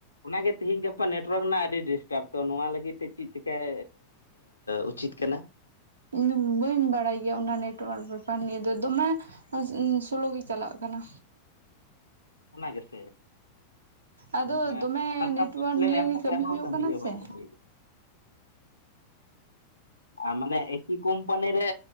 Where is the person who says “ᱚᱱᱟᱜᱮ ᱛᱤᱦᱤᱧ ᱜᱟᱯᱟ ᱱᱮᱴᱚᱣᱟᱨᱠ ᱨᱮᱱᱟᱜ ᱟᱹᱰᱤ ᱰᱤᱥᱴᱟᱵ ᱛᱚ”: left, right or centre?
Left